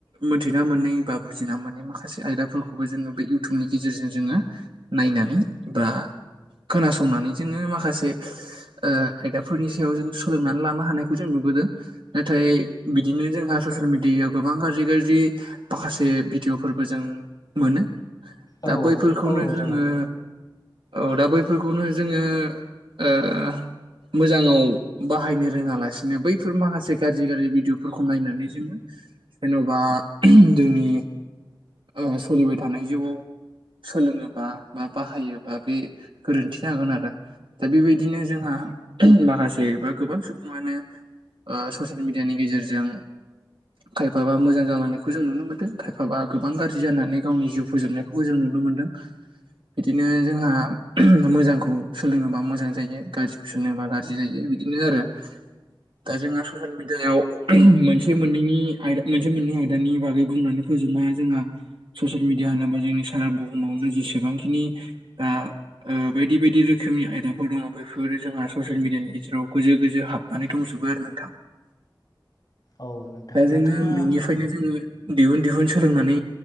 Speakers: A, on the right; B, on the left.
A: मोनथिना मोनै बा बुजिना मोनै माखासे आयदाफोरखौबो जोङो बे इउटुबनि गेजेरजों जोङो नायनानै बा खोनासंनानै जोङो माखासे ओ आयदाफोरनि सायाव जों सोलोंनानै लानो हानायखौ जों नुबोदों नाथाय बिदिनो जोंहा ससियेल मिडियायाव गोबां गाज्रि गाज्रि माखासे भिडिअ' फोरबो जों मोनो दा
B: औ
A: बै फोरखौनो
B: औ नोंथां
A: जोङो औ दा बैफोरखौनो जोङो ओ मोजाङाव बाहायनो रोङालासिनो बैफोर माखासे गाज्रि गाज्रि भिडिअ'फोरखौ नायनानै जो ङो जेन'बा जोंनि ओ सलिबाय थानाय जिउआव सोलोङोबा बा बाहायोबा बे गोरोन्थि जागोन आरो दा बेबायदिनो जोंहा माखासे बा गोबां सुबुङानो ओ स'सियेल मिडियानि गेजेरजों खायफाबा मोजां जालांनायखौ जों नुनो मोनदों, खायफाबा गोबां गाज्रि जानानै गावनि जिउ फोजोबनायखौबो जों नुनो मोनदों। बिदिनो जोंहा मोजांखौ सोलोङोबा मोजां जायो गाज्रिखौ सोलोङोबा गाज्रि जायो। बिदिनो आरो दा जोंहा ससियेल मिडियायाव मोनसे बे मोननैनि आय मोनसे मोननै आयदानि बागै बुंनानै फोजोबनो हाया जोंना, स'सियेल मिडिया होनोबा जोंनि सारा बुहुमावनो जेसेबांखिनि ओ बायदि बायदि रोखोमनि आयदाफोर दङ बेफोरो जोंहा स'सियेल मिडियानि गेजेराव गोजो गोजो हाबनानै दंजोबो आरो नोंथां।
B: औ नोंथां
A: दा
B: नोंथाङा
A: जोङो बेनिखायनो जोङो दिहुन दिहुन सोलोंनानै